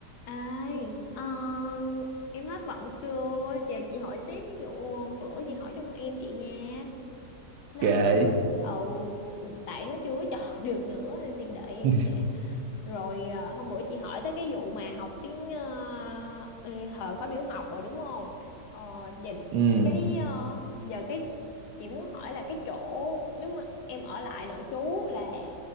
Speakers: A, on the left; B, on the right.
A: Ai, ờ, em hết bận chưa? Giờ chị hỏi tiếp ví dụ ờ, bữa chị hỏi cho con em chị nha. Nó
B: kệ
A: ờ, ừ tại nó chưa có chọn <laughs> được nữa nên đi đợi em
B: <laughs>
A: nè. Rồi à, hôm bữa chị hỏi tới cái vụ mà học tiếng ờ, ừ, thời khóa biểu học rồi đúng không? Ờ, nhìn
B: ừ
A: cái ờ, giờ cái chị muốn hỏi là cái chỗ nếu mà em ở lại nội trú là